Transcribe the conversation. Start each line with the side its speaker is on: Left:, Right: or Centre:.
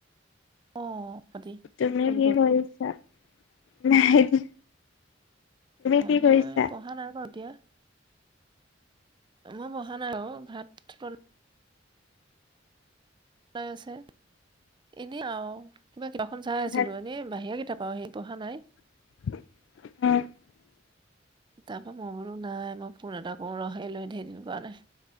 Right: অ পতি
Left: তুমি
Right: ফোন
Left: কি
Right: কৰি
Left: কৰিছা? <unintelligible>
Right: হয়,
Left: কি কৰিছা
Right: মই পঢ়া নাই বাৰু এতিয়া। মই বহা নাই ও ভাত <unintelligible> <inaudible> আছে এনেই আৰু কিবা কিবাখন চাই আছিলো
Left: ভাত
Right: এনেই বাহিৰলে <inaudible> সেই পঢ়া নাই
Left: <unintelligible>
Right: তাৰপা মই বোলো নাই মই ফোন এটা কৰো ৰহ। এইলৈ ঢেৰদিন কৰা নাই।